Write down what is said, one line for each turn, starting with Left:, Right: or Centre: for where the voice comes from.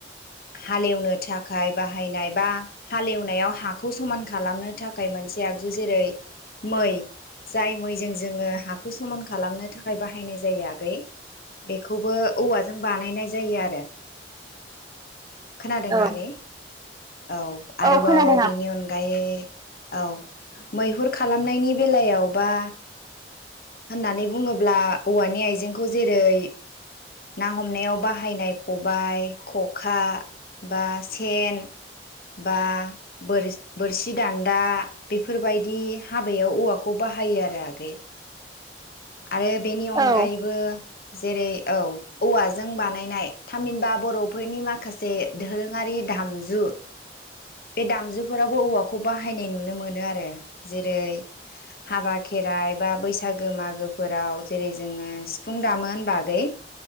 Left: हालेवनो थाखाय बाहायनाय बा हालेवनायाव हाखौ समान खालामनो थाखाय मोनसे आ जु जेरै मै जाय मैजों जोङो हाखौ समान खालामनो थाखाय बाहायनाय जायो आगै बेखौबो औवाजों बानायनाय जायो आरो खोनादोंना
Right: औ
Left: आगै औ आरोबाव
Right: औ खोनादों आब'
Left: बेनि अनगायै औ मैहुर खालामनायनि बेलायावबा होननानै बुङोब्ला औवानि आइजेंखौ जेरै ना हमनायाव बाहायनाय खबाइ खखा बा सेन बा बोर बोरसि दान्दा बेफोरबायदि हाबायाव औवाखौ बाहायो आरो आगै आरो बेनि अनगायैबो
Right: औ
Left: जेरै औ औवाजों बानायनाय थामहिनबा बर'फोरनि माखासे दोरोङारि दामजु बे दामजुफोरावबो औवाखौ बाहायनाय नुनो मोनो आरो जेरै हाबा खेराइ बा बैसागो मागोफोराव जेरै जोङो सिफुं दामोन होनबा आगै